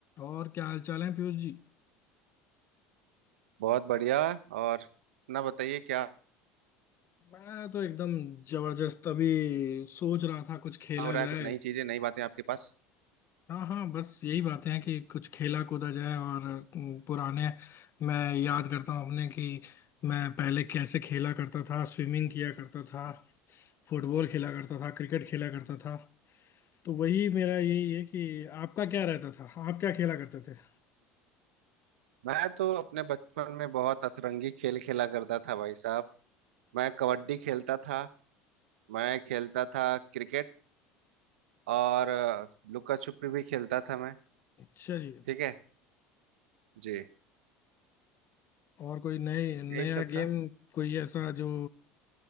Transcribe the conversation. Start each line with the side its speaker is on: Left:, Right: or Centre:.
Left: और क्या हाल चाल है पीयूष जी
Right: बहुत बढ़िया और अपना बताइए क्या
Left: मैं तो एकदम जबरदस्त अभी सोच रहा था कुछ खेला
Right: हो रहा है
Left: जाए
Right: कुछ नई चीजें नई बातें आपके पास
Left: हाँ हाँ बस यही बातें हैं कि कुछ खेला कूदा जाए और अम, पुराने मैं याद करता हूँ अपने कि मैं पहले कैसे खेला करता था स्विमिंग किया करता था फुटबॉल खेला करता था क्रिकेट खेला करता था तो वही मेरा यही है कि आपका क्या रहता था आप क्या खेला करते थे
Right: मैं तो अपने बचपन में बहुत अतरंगी खेल खेला करता था भाई साहब मैं कबड्डी खेलता था मैं खेलता था क्रिकेट और अ, लुका छुपी भी खेलता था मैं
Left: अच्छा जी
Right: ठीक है जी
Left: और कोई नए नया
Right: यही सब
Left: गेम
Right: था
Left: कोई ऐसा जो